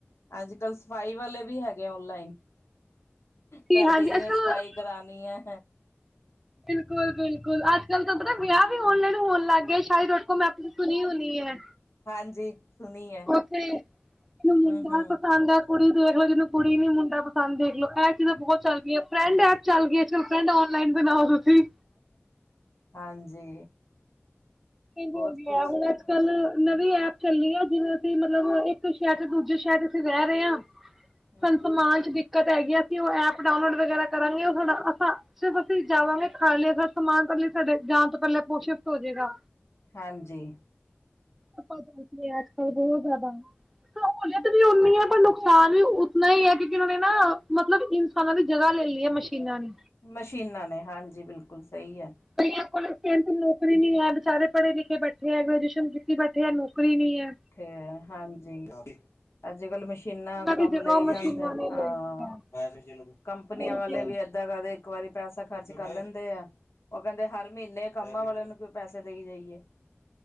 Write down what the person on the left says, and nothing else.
ਅੱਜ ਕੱਲ੍ਹ ਸਫ਼ਾਈ ਵਾਲੇ ਵੀ ਹੈਗੇ ਓਨਲਾਈਨ,
ਕਰਦੇ
ਜਿਵੇਂ
ਸਫਾਈ ਕਰਾਣੀ ਏ।
ਹਾਂਜੀ ਸੁਣੀ ਹੈ
ਹਮ ਹਮ
ਹਾਂਜੀ
ਬਹੁਤ
ਕੁਛ
ਹਾਂ
ਹਮ
ਹਾਂਜੀ
ਮਸ਼ੀਨਾਂ ਨੇ ਹਾਂਜੀ, ਬਿਲਕੁਲ ਸਹੀ ਆ
ਤੇ ਹਾਂਜੀ ਅੱਜ ਕੱਲ ਮਸ਼ੀਨਾਂ
ਤੋਂ
ਕੰਮ
ਲਈ ਜਾਂਦੇ,
ਹਾਂ
ਕੰਪਨੀਆਂ
ਵਾਲੇ ਵੀ ਏਦਾਂ ਕਰਦੇ ਇੱਕੋ ਵਾਰੀ ਪੈਸਾ ਖਰਚ ਕਰ ਲੈਂਦੇ ਆ, ਉਹ ਕਹਿੰਦੇ ਹਰ ਮੀਂਹਨੇ ਕੰਮਾਂ ਵਾਲਿਆਂ ਨੂੰ ਕਿ ਪੈਸੇ ਦਈ ਜਾਈਏ।